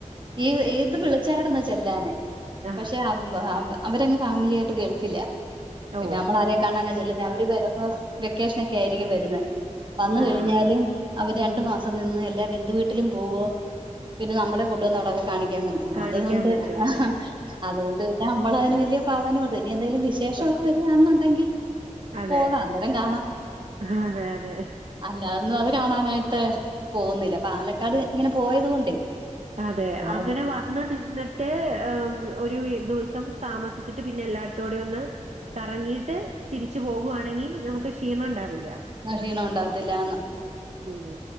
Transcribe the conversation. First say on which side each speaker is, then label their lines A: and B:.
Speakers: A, on the right; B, on the right.
A: ഈ ഇത് വിളിച്ചാർന്ന് ചെല്ലാനെ
B: ആഹ്
A: പക്ഷെ അം അം അവരങ്ങ് ഫാമിലി ആയിട്ട് ഗൾഫില പിന്നെ
B: ഓഹ്
A: അമ്മളരെ കാണാനാ ചെല്ലുന്നെ അവര് വെരുമ്പോ വെക്കേഷന് ഒക്കെ ആയിരിക്കും വരുന്നെ വന്ന്
B: ആഹ്
A: കഴിഞ്ഞാല് അവര് രണ്ടു മാസം നിന്ന് എല്ലാ ബന്ധു വീട്ടിലും പോവോ പിന്നെ നമ്മളെ കൊണ്ടു വന്ന് അവിടെ ഒക്കെ കാണിക്കാൻ കൊണ്ട ഒ
B: കാണിക്കാൻ
A: അത് കൊണ്ട്
B: പറ്റും
A: ആഹാ
B: അതെ
A: അത് കൊണ്ട് പിന്നെ അമ്മള് അതിന് വെല്യ പ്രാധാന്യം കൊടുത്തില്ല ഇനി എന്തെങ്കിലും വിശേഷം
B: കൊടുത്തില്ല
A: ഒക്കെ വരിക ആന്ന് ഉണ്ടെങ്കിൽ
B: അതെ
A: പോകാം അന്നേരം കാണാം
B: അതെ, അതെ.
A: അല്ലാത് ഒന്നും അത് കാണാനായി ട്ട് പോകുന്നില്ല പാലക്കാട് ഇങ്ങനെ പോയത് കൊണ്ടേ
B: അതെ
A: വേറെ
B: അങ്ങനെ വന്ന് നിന്ന്
A: <inaudible>
B: ഏമം ഒരു വി ദിവസം താമസിച്ചിട്ട് പിന്നെ എല്ലായിടത്തോടെ ഒന്ന് കറങ്ങിട്ട് തിരിച്ചു പോകുവാണ് എങ്കി നമുക്ക് ക്ഷീണം ഉണ്ടാവില്ല
A: അ ക്ഷീണം ഉണ്ടാകത്തില്ലാന്ന്
B: ഉം.